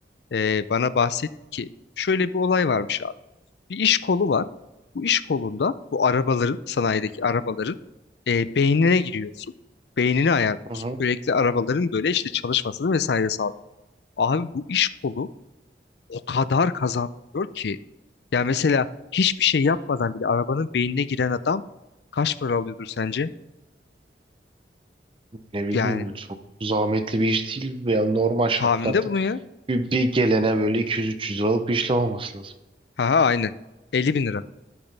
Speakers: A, on the left; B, on the right.
A: e, bana bahsetti ki şöyle bir olay varmış abi. Bir iş kolu var. Bu iş kolunda bu arabaların sanayideki arabaların e, beynine giriyorsun. Beynini ayarlıyorsun.
B: Hı hı.
A: Sürekli arabaların böyle işte çalışmasını vesaire sağlıyor. Abi bu iş kolu o kadar kazandırıyor ki ya mesela hiçbir şey yapmadan bile arabanın beynine giren adam kaç para alıyordur sence?
B: Ne bileyim
A: Yani
B: çok zahmetli bir iş değil. Yani normal şartlarda
A: tahminde bunu ya.
B: bir, bir gelene böyle 200-300 liralık bir işlem olması lazım.
A: Ha ha aynen. 50 bin lira.